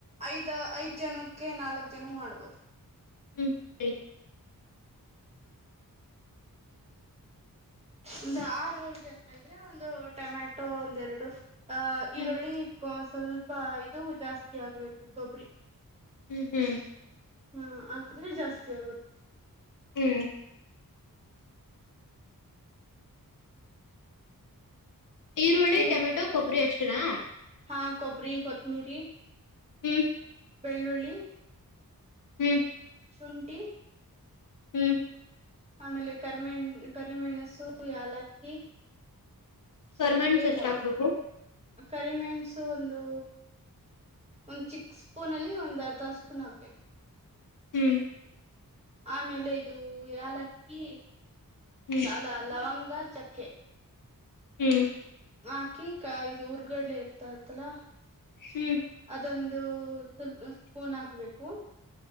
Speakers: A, on the right; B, on the left.
A: ಐದ ಐದ್ ಜನಕ್ಕೆ ನಾಲ್ಕ್ ಜನ ಮಾಡ್ಬೋದು
B: ಹ್ಮ್ ಹೇಳಿ
A: ಒಂದು ಆರು ಏಳು ಜನ ಇದ್ರೆ ಒಂದು ಟೊಮ್ಯಾಟೊ ಒಂದೆರಡು ಹಾ
B: ಹ್ಮ್
A: ಈರುಳ್ಳಿ ಸ್ವಲ್ಪ ಇದು ಜಾಸ್ತಿ ಆಗ್ಬೇಕು ಕೊಬ್ಬರಿ
B: ಹ್ಮ್ ಹ್ಮ್
A: ಹಾ ಹಾಕಿದ್ರೆ ಜಾಸ್ತಿ ಆಗುತ್ತೆ
B: ಹ್ಮ್ ಈರುಳ್ಳಿ
A: ನಿಮಗ್
B: ಟೊಮೆಟೊ ಕೊಬ್ಬರಿ ಅಷ್ಟನಾ
A: ಹಾ ಕೊಬ್ಬರಿ ಕೊತ್ತಮಿರಿ
B: ಹ್ಮ್
A: ಬೆಳ್ಳುಳ್ಳಿ
B: ಹ್ಮ್
A: ಶುಂಠಿ
B: ಹ್ಮ್
A: ಆಮೇಲೆ ಕರಿಮೆಣ ಕರಿಮೆಣಸು ಏಲಕ್ಕಿ ಚಕ್ಕೆ
B: ಕರ್ಮೆಂಟ್ಸ್ ಎಷ್ಟ
A: ಲವಂಗ
B: ಹಾಕ್ಬೇಕು
A: ಕರಿಮೆಣಸು ಒಂದು ಒಂದ್ ಚಿಕ್ ಸ್ಪೂನ್ ಅಲ್ಲಿ ಒಂದ್ ಅರ್ಧ ಸ್ಪೂನ್ ಹಕ್ಬೇಕು
B: ಹ್ಮ್
A: ಆಮೇಲೆ ಇದು ಏಲಕ್ಕಿ
B: ಹ್ಮ್
A: ಅಲ್ಲ ಲವಂಗ ಚಕ್ಕೆ
B: ಹ್ಮ್
A: ಹಾಕಿ ಇದು ಉರ್ಗಡ್ಲೆ ಇರ್ತತ್ತಲ <inaudible>
B: ಹ್ಮ್
A: ಅದೊಂದು ಸ್ಫೋನ್ ಹಾಕ್ಬೇಕು